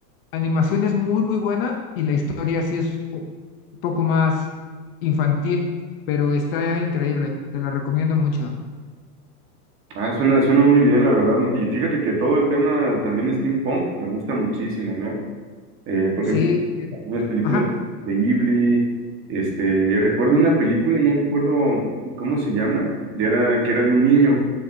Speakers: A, on the left; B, on the right.
A: animación es muy, muy buena y la historia sí es u- un poco más infantil, pero está increíble, te la recomiendo mucho.
B: Ah, suena, suena muy bien, la verdad. Y fíjate que todo el tema también de steampunk me gusta muchísimo, ¿no? Eh, por
A: Sí,
B: ejemplo,
A: eh,
B: algunas películas
A: ajá,
B: de Ghibli. Este, recuerdo una película, no me acuerdo cómo se llama, de era, que era de un niño